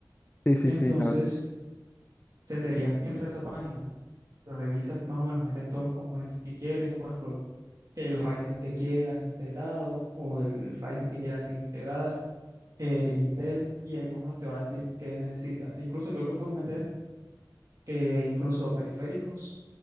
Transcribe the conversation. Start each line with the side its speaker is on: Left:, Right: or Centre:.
Left: sí, sí,
Right: Entonces,
Left: sí, sí, la verdad.
Right: te deberías entrar a esa página, lo revisas más o menos, metes todos los componentes que quieres, o por ejemplo, el Ryzen que quieras integrado o el Ryzen que quieras integrar, el Intel, y ahí más o menos te va a decir qué necesitas. Incluso creo que puedes meter eh, incluso periféricos